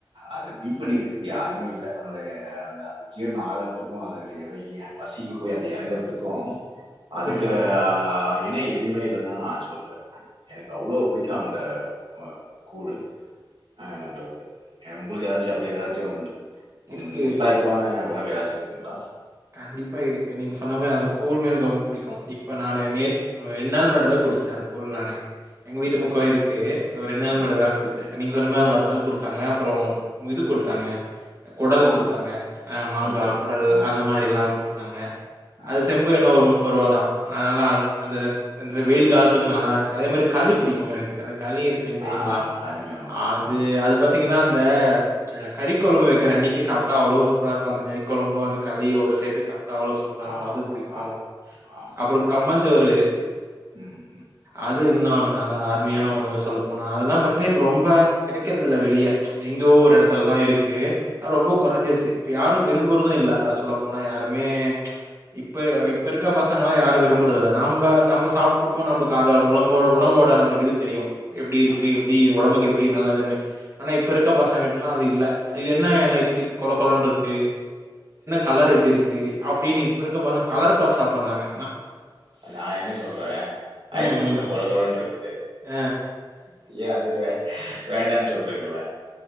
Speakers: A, on the right; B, on the right.
A: அது பீட் பண்ணிக்கித்துக்கு யாருமே இல்ல அதனுடைய அத அது ஜீர்ணோ ஆகறதுக்கூ அதனுடைய இளகிய பசிக்கி போய் அது எறங்கறதுக்கு
B: ம்.
A: அதுக்கு அ அ அ ய் திணை அரி திமே இல்லதா ஆ சொல்லுவே எனக்கு அவ்ளோ புடிக்கு அந்த அ கூழு அ என்றது எ உங்ளுக்கு எதாச்சு அப்டி எதாச்சும்
B: இருக்கு.
A: ம் முத்தாய்ப்பான உணவு எதாச்சி இருக்குங்ளா
B: கண்டிப்பா இருக்கு நீங் சொன்னா மாரி அந்த கூழ்னா எனக் ரொம்ப புடிக்கும் இப்ப நானு நேத் அ ரெண்ணால் முன்னாடிதா குடிச்சே அந்த கூழ் நானு எங்க வீட்டு பக்கோ
A: ஓகே.
B: இருக்கு ஒர் ரெண் நாள்
A: ஓகே
B: முன்னாட
A: ம்.
B: தா குடிச்சே அ நீங்க சொன்ன மார் அந்த வத்தல் குடுத்தாங்க அப்றொம் மிது குடுத்தாங்க கொடல்
A: மாங்கா.
B: குடுத்தாங்க அ மாங்கா
A: ஓகே, ஓகே.
B: கொடல்
A: ஆ.
B: அந்த மாரி எல்லா
A: அ,
B: குடுத்தாங்க
A: அ,
B: அது செம்பு
A: ம்.
B: என்ன ஒரு முப்புருவா தா ஆனால் அந்த நெ இந்த வெயில் காலத்துக்கு நல்லா இஞ்சா அதே மாரி களிப் பிடிக்கு எனக்கு என களி இருக்குங் தெரிங்களா
A: ஆ அருமையான உணவு.
B: அது
A: ம்.
B: அது பத் த்திங்கன்னா அந்த அ கறி கொழம்பு வெக்கிற அன்னிக்கி சாப்ட்டா அவ்ளோ சூப்பராருக்கு அந்த கறி கொழம்பு அந்த களியோடு சேத்து சா அவ்ளோ சூப்ரா இருக்கு
A: ஆ,
B: அது புடிக்கு
A: ஆ. ஆமா.
B: அப்றோ கம்மஞ் ஜோறு
A: ம், ம்,
B: அது
A: ம்.
B: இன்னு ந அ அருமையான உணவு சொல்ல போனா அதெல்லாம் பாத்தீனா இப்ப ரொம்ப கிடைக்கறதில்ல வெளிய எங்யோ ஓர்
A: அதுதான்.
B: எடத்துலதா இருக்கு அ ரொம்போ
A: ம்.
B: கொறஞ்சிரிச்சி இப்ப யாரு விரும்புறது இல்ல அஸ் சொல்லப்போனா யாருமே இப்ப இப்ப இருக்க பசங்கெல்லாம் யாரும் விரும்பறதில்லை நம்ப நம்ப சாப்ட்ருக்கோம் நம்ப அத உடம்போட உணவோட நம்பளுக்கு இது தெரியும் எப்டி இருக்கு
A: ஆமா,
B: எப்டி ஒடம்புக்கு எப் டீ நல்லா தானே ஆனா இப்ப
A: ஆமா.
B: இருக்க பசங் கிட்டல்லாம் அது இல்ல இது என்னெ எல்லா இப்டி கொழ கொழன்ட்ருக்கு கலர் இப்டி இருக்கு அப்டின்னு இப்ப இருக்க பசங்க கலரு பாத் சாப்பறாங்க
A: நா என்ன சொல்றேன்
B: ம், ம்.
A: ஐஸ்கிரீம்தா கொழ கொழன்ட்ருக்குது
B: அ,
A: ஏன் அது வே வேண்டான்னு சொல்றீங்களா